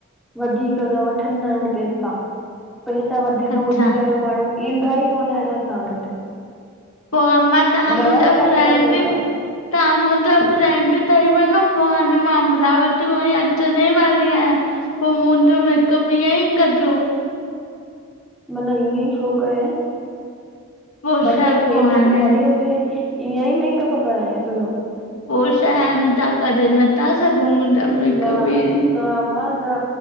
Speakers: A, in the centre; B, on the left (about 65°).
A: वधीक न वठंदा आहियूं पैसा। पैसा वधीक
B: अच्छा
A: ॿुधी करे माण्हू, ईंदा ई कोन आहिनि असां वटि।
B: पोइ अमा तव्हां
A: ॾह
B: मुंहिंजा
A: रुपया
B: फ्रेंड
A: हिक मेक
B: बि
A: में हिक
B: तव्हां मुंहिंजा फ्रेंंड ठई वञो पोइ हाणे मां अमरावती उहें ई अचण ई वारी आहियां। पोइ मुंहिंजो मेकअप, ईअं ई कजो।
A: मन ईअं ई छो कयाएं?
B: पो
A: भले
B: छा पो
A: फ्रेंड
B: हाणे
A: बि घणी हुजे। ईअं ई मेकअप कराया थो हुयो
B: पोइ छा आहिनि त करे नथा सघूं मेकअप
A: न न
B: ईअं ई।
A: न अमा न,